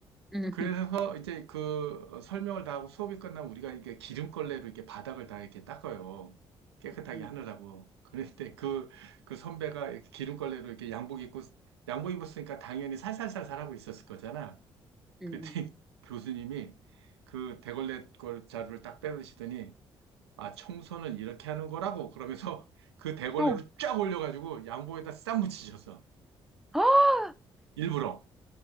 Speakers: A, in the centre; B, on the right.
A: 음,
B: 그래서 이제 그 설명을 다 하고 수업이 끝나면 우리가 이게 기름걸레로 이렇게 바닥을 다 이렇게 닦아요. 깨끗하게
A: 음,
B: 하느라고. 그런데 그, 그 선배가 이렇게 기름걸레로 이렇게 양복 입고, 양복 입었으니까 당연히 살살살살 하고 있었을 거잖아.
A: 음,
B: 그랬더니 <laughs> 교수님이 그 대걸레 걸 자루를 딱 빼드시더니 아, 청소는 이렇게 하는 거라고. 그러면서 <laughs> 그 대걸레로
A: 음. 어,
B: 쫙 올려가지고 양복에다 싹 묻히셨어.
A: 아,
B: 일부러.